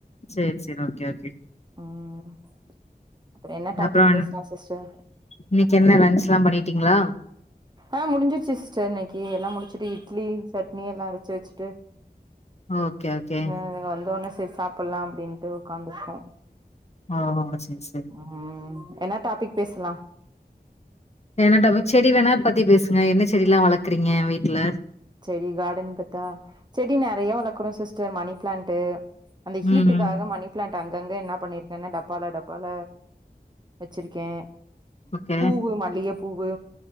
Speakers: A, on the left; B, on the right.
A: சேரி சேரி ஓகே ஓகே
B: ம் அப்றோ என்ன டாபிக்
A: அப்றம்
B: பேசலா சிஸ்டர்
A: இன்னைக்கு என்ன லன்ச்லாம் பண்ணிட்டீங்களா
B: ஆ முடிஞ்சிடுச்சு சிஸ்ட இன்னைக்கு எல்லா முடிச்சுட்டு இட்லி சட்னி எல்லா அரைச்சு வச்சுட்டு
A: ஓகே ஓகே
B: ம் வந்த உடனே சரி சாப்பிடலா அப்படின்ட்டு உட்காந்துருக்கோ
A: ஆ சரி சரி
B: ம் என்ன டாபிக் பேசலா
A: என்னட்ட செடி வேணா பத்தி பேசுங்க என்ன செடிலா வளக்றீங்க வீட்ல
B: செடி கார்டன் பாத்தா செடி நிறைய வளக்றோ சிஸ்டர் மணி பிளான்ட் அந்த ஹீட்டுக்காக
A: ம்
B: மணி பிளாண்ட் அங்கங்க என்ன பண்ணியிருக்கேன்னா டப்பால டப்பால வச்சிருக்கே
A: ஓகே
B: பூவு மல்லிக பூவு